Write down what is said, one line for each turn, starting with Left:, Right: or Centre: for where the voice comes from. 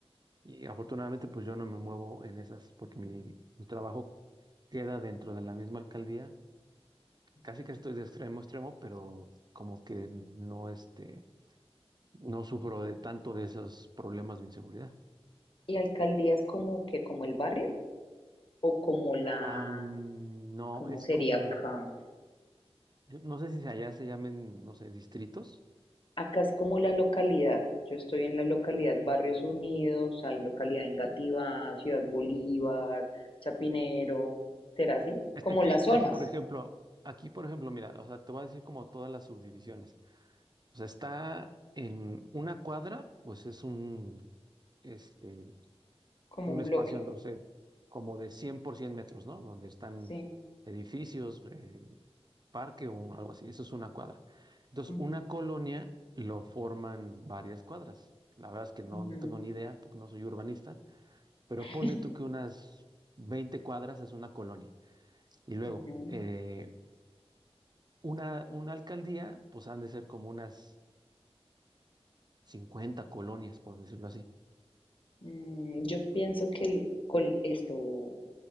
Right: Y afortunadamente, pues yo no me muevo en esas porque mi, mi trabajo queda dentro de la misma alcaldía. Casi
Left: ujú.
Right: que estoy de extremo a extremo, pero como que no, este, no sufro de tanto de esos problemas de inseguridad.
Left: ¿Y alcaldías como que, como el barrio o como la,
Right: Am, no,
Left: cómo
Right: es
Left: sería
Right: como,
Left: acá?
Right: yo no sé si allá se llamen, no sé, distritos.
Left: Acá es como la localidad. Yo estoy en la localidad Barrios Unidos, hay localidad en Gativá, Ciudad Bolívar, Chapinero. ¿Será así?
Right: Es
Left: Como
Right: que aquí,
Left: las zonas,
Right: aquí, por ejemplo, aquí, por ejemplo, mira, o sea, te voy a decir como todas las subdivisiones. O sea, está en una cuadra, pues es un, este,
Left: como
Right: un
Left: un
Right: espacio,
Left: bloque.
Right: no sé, como de 100 por 100 metros, ¿no? Donde están
Left: Sí.
Right: edificios, eh, parque o un- algo así. Eso es una cuadra. Entonces,
Left: Ujú,
Right: una colonia lo forman varias cuadras. La verdad es que no,
Left: ujú,
Right: no tengo ni idea porque no soy urbanista, pero
Left: <laughs>
Right: ponle tú que unas 20 cuadras es una colonia. Y luego,
Left: ujú.
Right: eh, una, una alcaldía, pues han de ser como unas 50 colonias, por decirlo así.
Left: Mm, yo pienso que el- con esto,